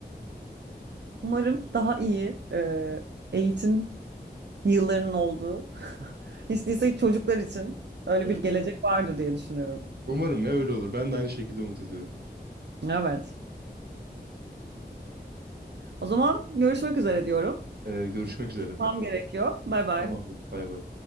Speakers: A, on the right; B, on the right.
A: Umarım daha iyi e, eğitim yıllarının olduğu. <laughs> Hiç değilse çocuklar için öyle
B: Evet.
A: bir gelecek vardır diye düşünüyorum.
B: Umarım ya öyle olur. Ben de aynı şekilde umut ediyorum.
A: Evet. O zaman görüşmek üzere diyorum.
B: Ee, görüşmek
A: Çünkü
B: üzere.
A: çıkmam gerekiyor. Bay bay.
B: Tamamdır. Bay bay.